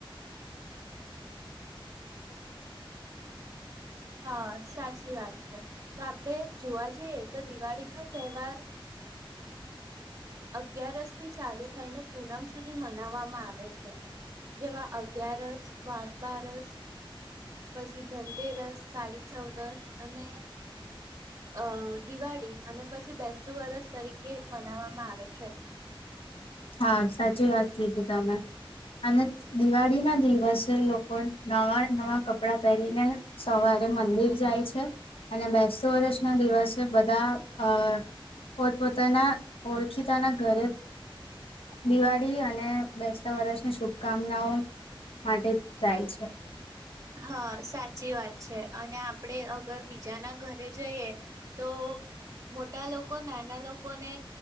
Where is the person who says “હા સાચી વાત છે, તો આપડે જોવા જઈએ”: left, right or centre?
Right